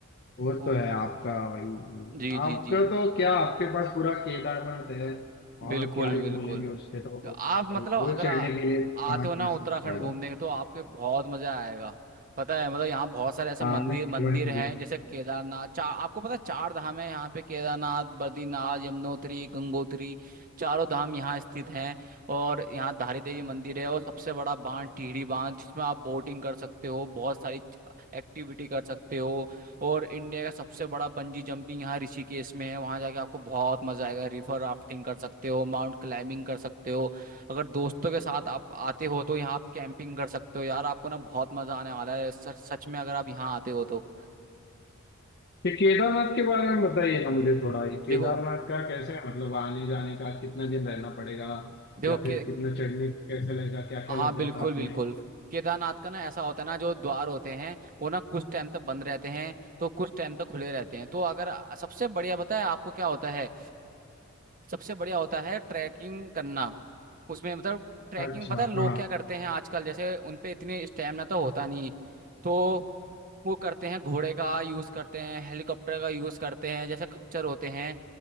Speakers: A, on the left; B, on the right.
A: वो
B: ओ,
A: तो है आपका वही
B: जी
A: आपका
B: जी जी
A: तो क्या आपके पास पूरा केदारनाथ है
B: बिल्कुल
A: और क्या ही
B: बिल्कुल
A: बोलेंगे उस पे तो
B: तो आप
A: और
B: मतलब
A: वो
B: अगर
A: चढ़ने
B: आ,
A: के लिए कहाँ
B: आते हो
A: कहाँ
B: ना उत्तराखंड
A: से लोग आ जाते
B: घूमने
A: हैं।
B: के तो आपके बहुत मजा आएगा पता है मतलब यहाँ बहुत सारे ऐसे
A: हाँ
B: मंदिर
A: नहीं एक
B: मंदिर
A: बार मुझे
B: हैं जैसे केदारनाथ चार आपको पता है चार धाम है यहाँ पे केदारनाथ बद्रीनाथ यमुनोत्री गंगोत्री चारों धाम यहाँ स्थित हैं और यहाँ धारी देवी मंदिर है और सबसे बड़ा बांध टिहरी बांध जिसमें आप बोटिंग कर सकते हो बहुत सारी एक्टिविटी कर सकते हो और इंडिया का सबसे बड़ा बंजी जंपिंग यहाँ ऋषिकेश में है वहां जाके आपको बहुत मजा आएगा रिवर राफ्टिंग कर सकते हो माउंट क्लाइंबिंग कर सकते हो अगर दोस्तों के साथ आप आते हो तो यहाँ आप कैंपिंग कर सकते हो यार आपको ना बहुत मजा आने वाला है सच सच में अगर आप यहाँ आते हो तो
A: ये केदारनाथ के बारे में बताइए ना मुझे थोड़ा ये केदारनाथ
B: देखो
A: का कैसे है मतलब आने जाने का कितना दिन रहना पड़ेगा
B: देखो
A: या फिर
B: के
A: कितना चढ़ने को कैसे लगेगा क्या क्या
B: हाँ
A: लगेगा
B: बिल्कुल
A: साथ
B: बिल्कुल
A: में
B: केदारनाथ का ना ऐसा होता है ना जो द्वार होते हैं वो ना कुछ टाइम तक बंद रहते हैं तो कुछ टाइम तक खुले रहते हैं तो अगर सबसे बढ़िया पता है आपको क्या होता है सबसे बढ़िया होता है ट्रैकिंग करना उसमें मतलब ट्रैकिंग
A: अच्छा
B: पता है लोग
A: हाँ
B: क्या करते हैं आजकल जैसे उन पे इतनी स्टैमिना तो होता नहीं तो वो करते हैं घोड़े का यूज करते हैं हेलीकॉप्टर का यूज करते हैं जैसे खच्चर होते हैं